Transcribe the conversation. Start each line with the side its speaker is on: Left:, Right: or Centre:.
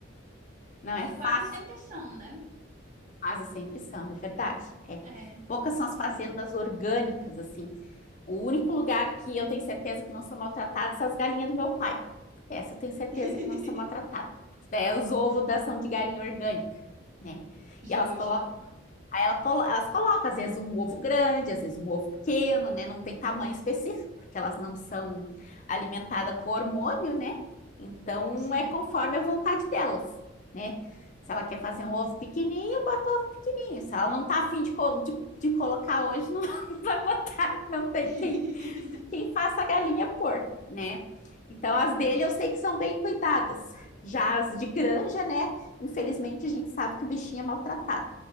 Left: não é
Right: E
Left: fácil.
Right: quase sempre são, né?
Left: Quase sempre são, é verdade. É.
Right: É.
Left: Poucas são as fazendas orgânicas, assim. O único lugar que eu tenho certeza que não são maltratadas são as galinhas do meu pai. Essa eu tenho certeza
Right: <laughs>
Left: que não são maltratadas. Porque daí é os ovos da são de galinha orgânica, né?
Right: Justo.
Left: E elas colocam Aí ela colo- elas colocam, às vezes, um ovo grande, às vezes um ovo pequeno, né? Não tem tamanho específico, porque elas não são alimentadas com hormônio, né? Então
Right: Sim.
Left: é conforme a vontade delas, né? Se ela quer fazer um ovo pequenininho, bota um ovo pequenininho. Se ela não tá afim de, co- de, de colocar hoje, não <laughs> não vai botar. Não tem
Right: <laughs>
Left: quem, quem faça a galinha pôr, né? Então as dele eu sei que são bem cuidadas. Já as de granja, né? Infelizmente a gente sabe que o bichinho é maltratado,